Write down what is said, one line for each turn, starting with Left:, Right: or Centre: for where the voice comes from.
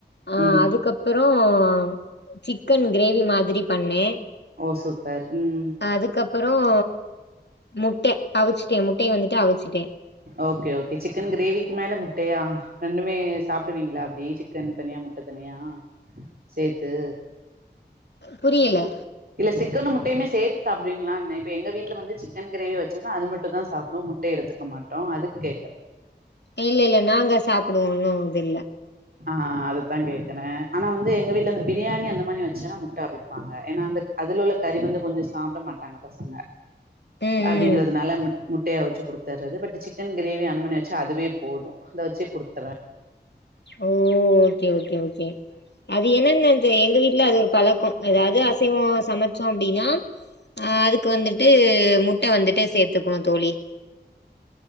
Left: ஆ
Right: ம்
Left: அதுக்கப் புறம், சிக்கன் கிரேவி மாரி பண்ணேன்.
Right: ஓ சூப்பர் ம்
Left: அதுக்கப்புறம் முட்டே அவிச்சுட்டேன். முட்டைய வந்துட்டு அவிச்சுட்டேன்.
Right: ஓகே ஓகே சிக்கன் கிரேவிக்கு மேல முட்டையா? ரெண்டுமே சாப்டுவீங்களா அப்டி சிக்கன் தனியா, முட்ட தனியா சேத்து
Left: புரில.
Right: இல்ல சிக்கனும் முட்டையுமே சேத்து சாப்டுவீங்களானுன இப்ப எங்க வீட்ல வந்து சிக்கன் கிரேவி வச்சோம்னா அது மட்டும் தான் சாப்டுவோம் முட்டை எடுத்துக் க மாட்டோம் அதுக்கு கேக்கு
Left: இல்ல இல்ல நாங்க சாப்டுவோம். ஒன்னும் இது இல்ல.
Right: ஆ, அததான் கேக்குறேன். ஆனா வந்து எங்க வீட்ல இந்த பிரியாணி அந்த மாரி வச்சேன்னா முட்டை அவிப்பாங்க. ஏன்னா வந்து அதுல உள்ள கறி வந்து கொஞ்சம் சாப்ட மாட்டாங்க பசங்க.
Left: ம்
Right: அப்டிங்கிறதுனால
Left: ம்
Right: மு முட்டைய அவுச்சு குடு. தர்றது. பட் சிக்கன் கிரேவி அந்த மாரி வச்சா அதுவே போதும். அதை வச்சே குடுத்துருவேன்.
Left: ஓ, ஓகே ஓகே அது என்னன்ன? இப்ப எங்க வீட்ல அது ஒரு பழக்கம். இருக்குது ஏதாவது அசைவம் சமைச்சோம் அப்டின்னா? ஆ, அதுக்கு வந்துட்டு முட்டை வந்துட்டு சேத்துக்குவோம் தோழி.